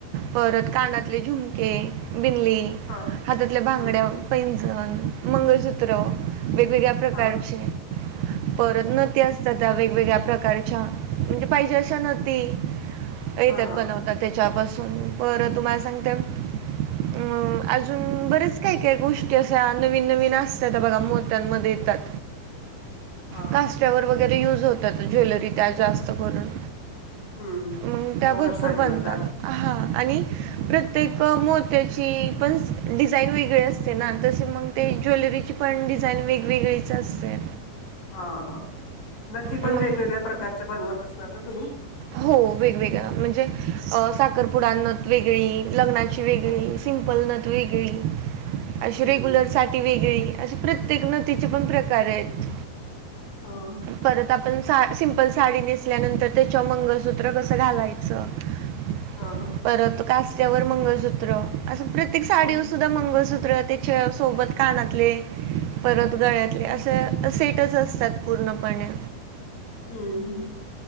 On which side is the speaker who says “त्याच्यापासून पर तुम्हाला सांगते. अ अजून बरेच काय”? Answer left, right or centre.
Right